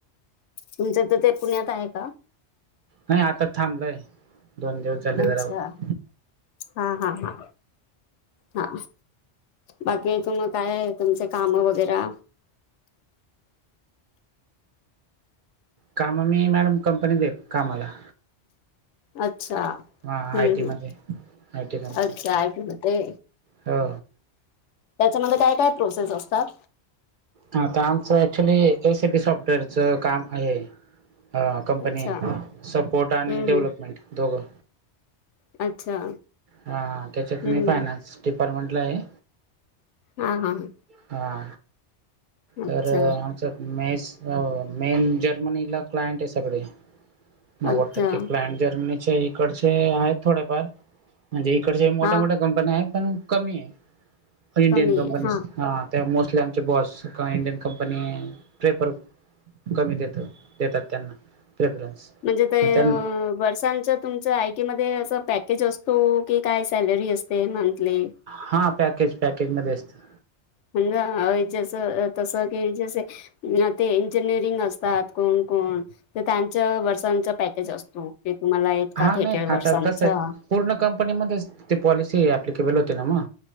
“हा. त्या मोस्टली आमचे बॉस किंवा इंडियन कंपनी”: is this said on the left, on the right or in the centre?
Right